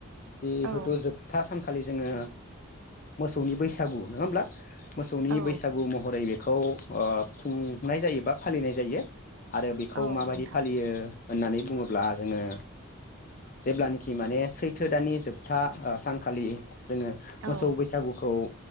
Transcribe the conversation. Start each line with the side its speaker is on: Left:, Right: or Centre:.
Left: जेहुथु'
Right: औ
Left: जोबथा सानखालि जोङो मोसौनि बैसागु नङा होमब्ला मोसौनि
Right: औ
Left: बैसागु महरै बेखौ ओ खुंनाय जायो बा फालिनाय जायो आरो बेखौ
Right: औ
Left: माबायदि
Right: नोंथां
Left: फालियो होननानै बुङोब्ला जोङो जेब्लानाखि माने सैथो दानानि जोबथा सानखालि जोङो
Right: औ
Left: मोसौ बैसागुखौ ओ